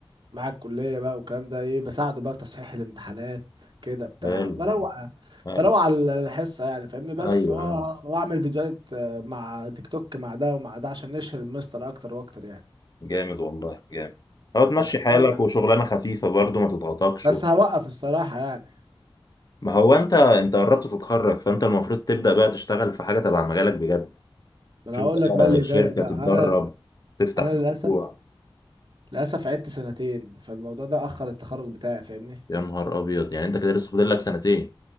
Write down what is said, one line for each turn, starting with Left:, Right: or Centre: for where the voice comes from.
Right: مع الكلية بقى والكلام ده ايه بساعده بقى في تصحيح الامتحانات كده بتاع
Left: حلو
Right: بروق
Left: حلو
Right: بروق على الحصة يعني فاهمني بس
Left: ايوه
Right: وأ-
Left: آه.
Right: واعمل فيديوهات آه، مع تيك توك مع ده ومع ده عشان نشهر المستر اكتر واكتر يعني
Left: جامد والله جامد هو تمشي
Right: بس
Left: حالك
Right: فاهم
Left: وشغلانه خفيفه برضو ما تضغطكش
Right: بس
Left: وبتاع.
Right: هوقف الصراحة يعني
Left: ما هو انت انت قربت تتخرج فانت المفروض تبدا بقى تشتغل في حاجه تبع مجالك بجد
Right: ما
Left: تشوف
Right: انا هقول
Left: بقى
Right: لك بقى اللي يضايق
Left: شركه
Right: بقى
Left: تتدرب
Right: انا
Left: تفتح
Right: انا للاسف
Left: مشروع
Right: للاسف عدت سنتين فالموضوع ده اخر التخرج بتاعي فاهمني
Left: يا نهار ابيض يعني انت كده لسه فاضل لك سنتين